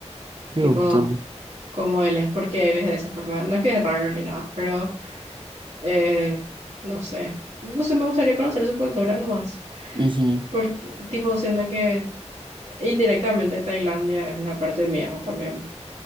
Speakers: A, on the right; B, on the right.
A: Qué
B: Tipo,
A: gusto.
B: cómo él es, por qué él es de esa forma. No es que es raro ni nada, pero eh, no sé. No sé, me gustaría conocer su cultura nomás.
A: Ujú,
B: Porque, tipo, siento que Indirectamente Tailandia es una parte mía también.